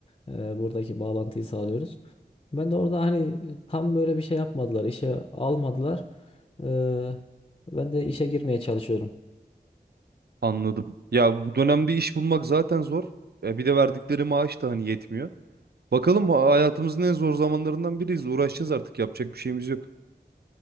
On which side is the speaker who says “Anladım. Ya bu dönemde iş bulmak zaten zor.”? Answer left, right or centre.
Right